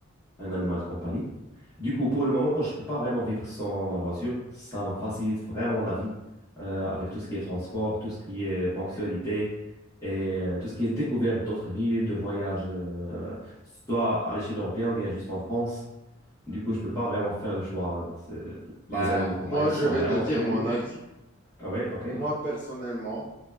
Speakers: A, on the left (about 15°); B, on the left (about 40°).
A: un animal de compagnie. Du coup, pour le moment, je ne peux pas vraiment vivre sans ma voiture. Ça me facilite vraiment la vie euh, avec tout ce qui est transport, tout ce qui est ponctualité et euh, tout ce qui est découverte d'autres villes, de voyages, euh, soit à l'échelle européenne ou bien juste en France. Du coup, je peux pas vraiment faire le choix. C'est-
B: Bah,
A: Les animaux de compagnie
B: moi,
A: sont
B: je vais
A: vraiment
B: te dire
A: très
B: mon
A: cool.
B: avis.
A: Ah oui, ok.
B: Moi, personnellement,